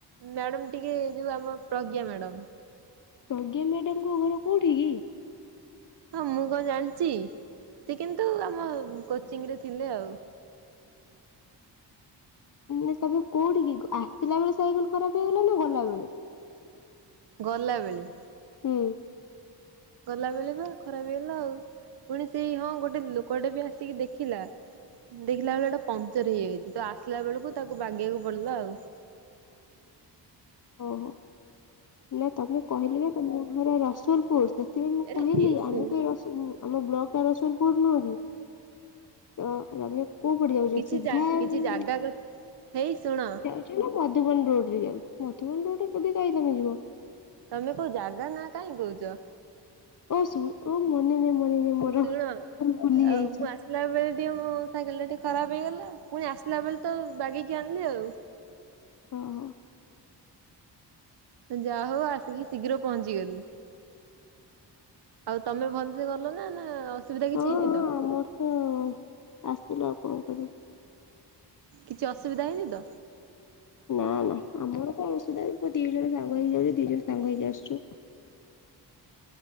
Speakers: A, on the right; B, on the left.
A: ମ୍ୟାଡ଼ମ୍ ଟିକେ ଯଉ ଆମ ପ୍ରଜ୍ଞା ମ୍ୟାଡ଼ମ୍।
B: ପ୍ରଜ୍ଞା ମ୍ୟାଡାମ୍ ଙ୍କ ଘର କୋଉଠି କି?
A: ହଁ ମୁଁ କଣ ଜାଣିଚି। ସେ କିନ୍ତୁ ଆମ କୋଚିଂରେ ଥିଲେ ଆଉ।
B: ମାନେ ତମେ କୋଉଠିକି, ଆସିଲା ବେଳେ ସାଇକେଲ ଖରାପ ହେଇଗଲା ନା ଗଲାବେଳେ?
A: ଗଲାବେଳେ।
B: ହୁଁ।
A: ଗଲା ବେଳେ ବା ଖରାପ ହେଇଗଲା ଆଉ। ପୁଣି ସେଇ ହଁ ଗୋଟେ ଲୋକଟେ ବି ଆସିକି ଦେଖିଲା। ଦେଖିଲା ବେଳେ ଏଟା ପଂଚର ହେଇଯାଇଚି। ତ ଆସିଲା ବେଳକୁ ତାକୁ ବାଗେଇବାକୁ ପଡିଲା ଆଉ।
B: ଓହୋ। ନା ତମେ କହିଲି ନା ତମ ଘର ରସୁଲପୁର। ସେଥିପାଇଁ ମୁଁ
A: ଆରେ
B: କହିଲି
A: ହେଇ ଶୁଣ
B: ଆମେ ତ ରସୁ ଆମ ବ୍ଲକ ଟା ରସୁଲପୁର ନୁହେଁ କି। ତ ଆମେ କୋଉପଟେ ଯାଉଚ
A: କିଛି
B: ସିଧା
A: କିଛି
B: ମଧୁବନ
A: ଜାଗା କଥା ହେଇ ଶୁଣ
B: ରୋଡ ରେ ଯାଉ, ମଧୁବନ ରୋଡ ରେ କେବେ କାହିଁ ତମେ ଯିବ।
A: ତମେ କୋଉ ଜାଗା ନା କାଇଁ କହୁଚ।
B: ଓ ସ ଓ ମନେ ନାହିଁ ମନେ ନାହିଁ ମୋର।
A: ଶୁଣ
B: ଟୋଟାଲ ଭୁଲି
A: ଆଉ
B: ଯାଇଛି
A: ମୁଁ ଆସ୍ ଆସିଲା ବେଳେ ଟିକେ ମୋ ସାଇକେଲ ଟା ଟିକେ ଖରାପ ହେଇଗଲା। ପୁଣି ଆସିଲା ବେଳେ ତ ବାଗେଇ କି ଆଣିଲି ଆଉ।
B: ହଁ ହଁ।
A: ଯାହା ହଉ ଆସିକି ଶୀଘ୍ର ପହଞ୍ଚି ଗଲି। ଆଉ ତମେ ଭଲସେ ଗଲ ନା ନା ଅସୁବିଧା
B: ହଁ
A: କିଛି ହେଇନି
B: ହଁ
A: ତ?
B: ଆମର ତ ଆସିଲୁ ଆଉ କଣ କରିବୁ।
A: କିଛି ଅସୁବିଧା ହେଇନି ତ?
B: ନା ନା ଆମର କଣ ଅସୁବିଧା ହୋଉଛି ଦି ଜଣ ସାଙ୍ଗ ହେଇଯାଉଛୁ ଦି ଜଣ ସାଙ୍ଗ ହେଇ ଆସୁଛୁ।